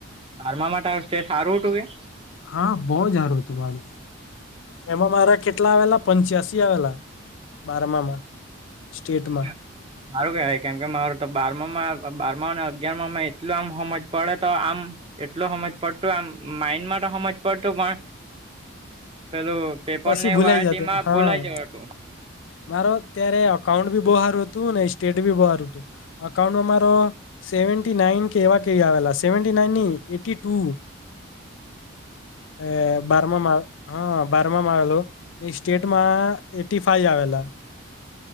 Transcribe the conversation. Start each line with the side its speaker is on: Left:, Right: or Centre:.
Right: બારમામાં તારું સ્ટેટ સારું હતું કે?
Left: હા બોવ જ હારુ હતું મારું. એમાં મારા કેટલા આવેલા પંચ્યાસી આવેલા બારમામાં. સ્ટેટમાં
Right: <inaudible> હારુ કેવાય. કેમ કે મારું તો બારમામાં બારમા અને અગિયારમાં માં એટલું આમ હમજ પડે તો આમ એટલો હમજ પડતું આમ માઈન્ડમાં તો હમજ પડતું પણ પેલું પેપર
Left: પછી
Right: ને
Left: ભૂલાઈ
Right: એવું આયે
Left: જતો
Right: તેમાં
Left: હા
Right: ભુલાય જવાતું.
Left: મારો ત્યારે અકાઉન્ટ બી બવ હારું હતું ને સ્ટેટ બી બવ હારું હતું. અકાઉન્ટમાં મારો સેવન્ટી નાઈન કે એવા કાઈ આવેલા સેવન્ટી નાઈન ની એટી ટુ.
Right: <inaudible>
Left: એ બારમામાં. હા બાર મામા આવેલો. ને સ્ટેટમાં એટીફાઈ આવેલા.